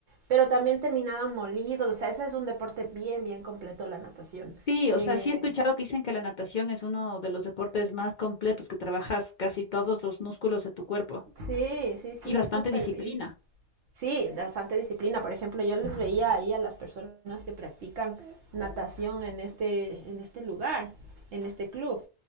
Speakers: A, on the right; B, on the left.
A: pero también terminaban molidos, o sea, ese es un deporte bien, bien completo la natación.
B: Sí, o
A: Eh,
B: sea, sí he escuchado que dicen que la natación es uno de los deportes más completos, que trabajas casi todos los músculos de tu cuerpo.
A: Sí, sí, sí,
B: y bastante
A: súper
B: disciplina.
A: bien. Sí, bastante disciplina. Por ejemplo, yo les veía ahí a las personas que practican natación en este, en este lugar, en este club,